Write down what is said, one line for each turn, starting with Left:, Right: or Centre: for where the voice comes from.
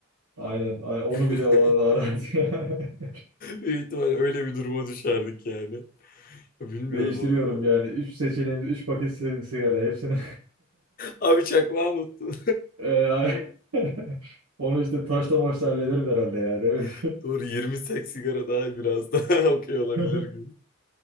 Right: Aynen. Ay- Onu
Left: <laughs>
Right: bile o arada arardı. <laughs>
Left: Büyük ihtimalle öyle bir duruma düşerdik yani. Bilmiyorum
Right: Değiştiriyorum
Left: abi.
Right: yani. Üç seçeneğimde üç paket si- sigara. Hepsini
Left: Abi çakmağı unuttun.
Right: <laughs> Ee, ay- <laughs> onu işte taşla maçla hallederim herhalde yani.
Left: <laughs> Doğru Yirmi sek sigara daha biraz daha <laughs> okey olabilir
Right: <laughs>
Left: gibi.